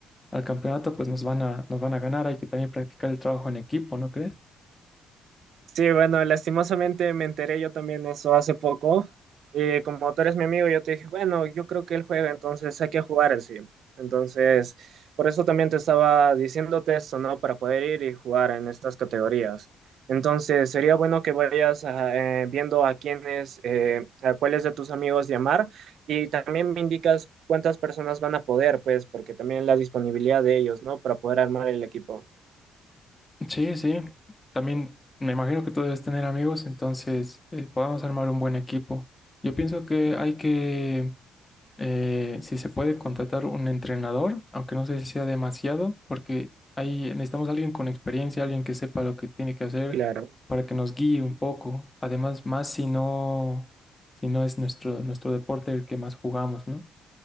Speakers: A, on the left; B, on the right.
A: al campeonato, pues nos van a, nos van a ganar. Hay que también practicar el trabajo en equipo, ¿no crees?
B: Sí, bueno, lastimosamente me enteré yo también eso hace poco. Eh, como tú eres mi amigo, yo te dije, bueno, yo creo que él juega, entonces hay que jugar así. Entonces, por eso también te estaba diciéndote esto, ¿no? Para poder ir y jugar en estas categorías. Entonces, sería bueno que vayas ah, eh, viendo a quiénes, eh, a cuáles de tus amigos llamar y también me indicas cuántas personas van a poder, pues, porque también la disponibilidad de ellos, ¿no? Para poder armar el equipo.
A: Sí, sí. También me imagino que tú debes tener amigos, entonces eh, podamos armar un buen equipo. Yo pienso que hay que, eh, si se puede, contratar un entrenador, aunque no sé si sea demasiado, porque ahí necesitamos alguien con experiencia, alguien que sepa lo que tiene que hacer
B: Claro.
A: para que nos guíe un poco. Además, más si no, si no es nuestro, nuestro deporte el que más jugamos, ¿no?